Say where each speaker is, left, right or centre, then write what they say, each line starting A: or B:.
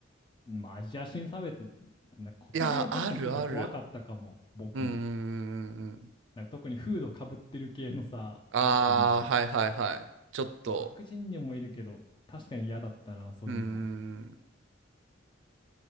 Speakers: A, on the left (about 25°); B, on the right (about 70°).
A: まあ、アジア人差別。なんか黒人は確かにちょっと怖かったかも、
B: いやあるある
A: 僕も。
B: うーん
A: なんか特にフードかぶってる系のさ、
B: ああーはいはいはいちょっと
A: なんて言うんだろう。まあ、白人にもいるけど、確かに嫌だったな、そういうの。
B: うーん